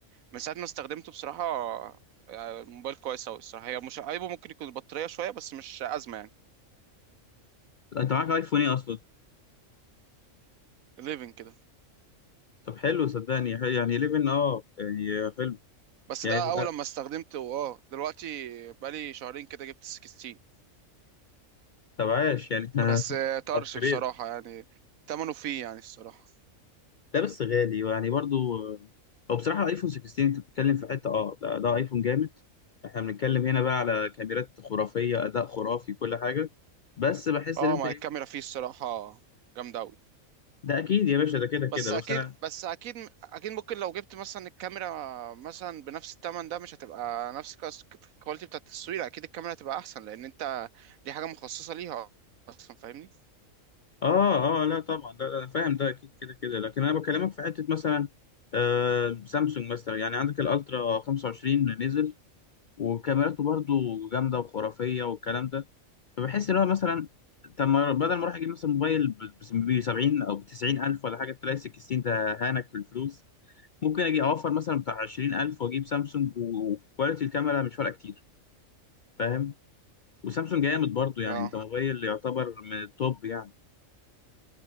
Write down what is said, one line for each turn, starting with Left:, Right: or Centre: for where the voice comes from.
Right: من ساعه ما استخدمته بصراحه آه، الموبايل كويس اوي الصراحه هي مش عيبه ممكن يكون البطاريه شويه بس مش ازمه يعني
Left: انت معاك ايفون ايه اصلا
Right: 11 كده
Left: طب حلو صدقني حلو. يعني 11 اه يعني حلو
Right: بس
Left: يعني
Right: ده اول لما استخدمته اه دلوقتي بقالي شهرين كده جبت ال 16
Left: طب عاش يعني انت <laughs>
Right: بس آه، طرش
Left: upgrade
Right: بصراحة يعني تمنه فيه يعني الصراحة
Left: ده بس غالي يعني برضو او بصراحة ايفون 16 انت بتتكلم في حتة اه ده, ده ايفون جامد احنا بنتكلم هنا بقى على كاميرات خرافية اداء خرافي كل حاجة بس بحس
Right: اه
Left: ان انت
Right: ما
Left: ايه
Right: الكاميرا فيه الصراحة جامدة أوي
Left: ده اكيد يا باشا ده كده
Right: بس
Left: كده بس
Right: أكيد
Left: انا
Right: بس أكيد أكيد ممكن لو جبت مثلا الكاميرا مثلا بنفس التمن ده مش هتبقى نفس الكواليتي بتاعت التصوير أكيد الكاميرا هتبقى أحسن لأن أنت دي حاجة مخصصة ليها أصلا فاهمني
Left: اه اه لا طبعا ده انا فاهم ده اكيد كده كده لكن انا بكلمك في حتة مثلا آه سامسونج مثلا يعني عندك الالترا 25 نزل وكاميراته برضو جامدة وخرافية والكلام ده فبحس اللي هو مثلا طب ما بدل ما اروح اجيب مثلا موبايل ب 70 او ب 90 الف ولا حاجه تلاقي 16 ده هانك في الفلوس ممكن اجي اوفر مثلا بتاع 20 الف واجيب سامسونج و- وكواليتي الكاميرا مش فارقه كتير فاهم وسامسونج جامد برضو يعني
Right: اه
Left: انت موبايل يعتبر من التوب يعني